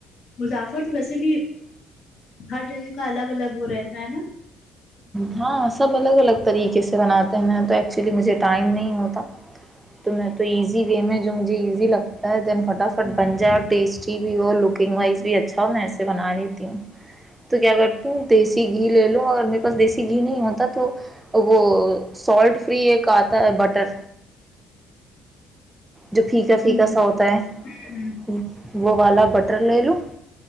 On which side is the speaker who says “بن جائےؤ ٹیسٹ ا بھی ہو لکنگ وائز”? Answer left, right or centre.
Right